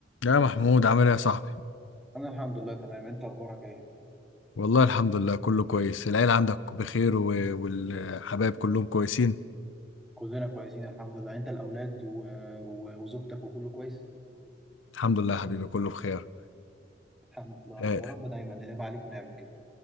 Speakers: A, on the left; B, in the centre.
A: يا محمود عامل ايه يا صاحبي
B: انا الحمد لله تمام انت اخبارك ايه
A: والله الحمد لله كله كويس العيلة عندك بخير و... والحبايب كلهم كويسين
B: كلنا كويسين الحمد لله انت الاولاد و... و... وزوجتك وكله كويس
A: الحمد لله يا حبيبي كله بخير
B: الحمد لله رب
A: آه
B: رب دايما ينعم عليك ونعمه كده